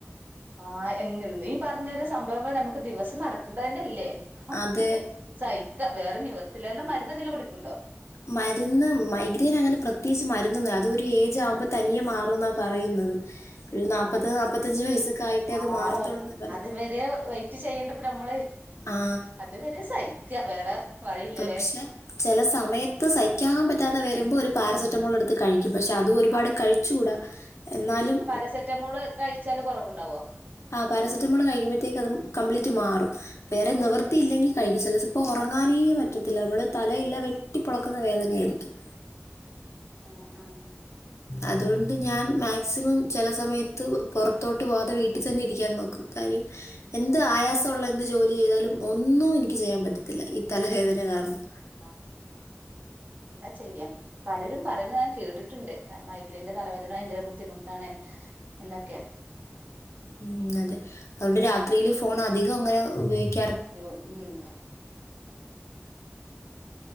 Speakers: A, on the right; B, on the left.
A: ആഹ് എങ്ങനെ നീ പറഞ്ഞത് സംഭവങ്ങൾ നമുക്ക് ദിവസം നടക്കണ്ടതിന്റെ അല്ലേ അപ്പൊ
B: അതെ
A: പിന്നെ സഹിക്ക വേറെ നിവർത്തില്ലും മരുന്ന്ന്തെലും കുടിക്കുണ്ടോ
B: മരുന്ന് മൈഗ്രെൻ അങ്ങനെ പ്രത്യേകിച്ച് മരുന്നന്ന അത് ഒരു ഏജ് ആകുമ്പോ തനിയെ മാറും എന്നാ പറയുന്നത് ഒരു നാൽപ്പത്
A: ഓ
B: നാൽപ്പത്തഞ്ച് വയസ്സൊക്കെ ആയിട്ടേ
A: ആ
B: അത് മാറത്തുള്ളൂ എന്നാണ് പറയുന്നത്
A: അത്വരെ വെറ്റ് ചെയ്യണ്ടപ്പ നമ്മള്
B: ആ
A: അതവരെ സഹിക്ക വേറെ വഴിയില്ലല്ലേ
B: പക്ഷെ ചില സമയത്ത് സഹിക്കാൻ പറ്റാതെ വരുമ്പോ ഒരു പാരസെറ്റമോൾ എടുത്ത് കഴിക്കും ക്കും പക്ഷെ അത് ഒരുപാട്
A: അ
B: കഴിച്ചുകൂടാ എന്നാലും
A: പാരസെറ്റമോള് കഴിച്ചാല് കുറവുണ്ടാവോ
B: ആ് പാരസെറ്റമോൾ കഴിക്കുമ്പോഴത്തേക്ക അത് കംപ്ലീറ്റ് മാറും വേറെ
A: ഓ
B: നിവർത്തിയില്ലെങ്കിൽ കഴ ഉറങ്ങാനേ പറ്റത്തില്ല നമ്മുടെ തലയെല്ലാം വെട്ടി പൊളിക്കുന്ന വേദനയായിരിക്കും
A: ആഹ ആഹ
B: അതുകൊണ്ട് ഞാൻ മാക്സിമം ചില സമയത്ത് പുറത്തോട്ട് പോവാതെ വീട്ടിൽ തന്നെ ഇരിക്കാൻ നോക്കും കാര്യ എന്ത് ആയാസമള്ള എന്ത് ജോലി ചെയ്താലും ഒന്നും എനിക്ക് ചെയ്യാൻ പറ്റത്തില്ല ഈ തലവേദന കാരണം
A: ആ എന്താ ചെയ്യാം പലരും പറയുന്ന ഞാൻ കേട്ടിട്ടുണ്ട് മൈഗ്രീന്റെ തലവേദന ഭയങ്കര ബുദ്ധിമുട്ടാണ് എന്നൊക്കെ
B: ഉ അതെ അതുകൊണ്ട് രാത്രിയില് ഫോൺ അധികം അങ്ങനെ ഉപയോഗിക്ക
A: ഉം